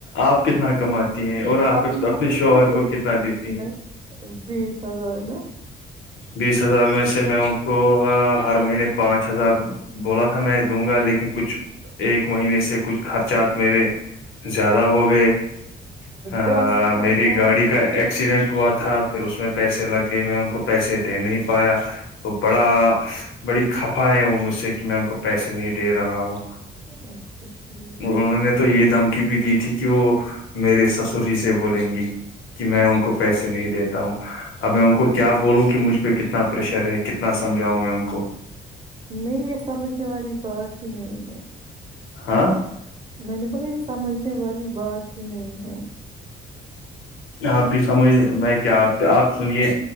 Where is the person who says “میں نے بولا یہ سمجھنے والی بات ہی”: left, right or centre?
Right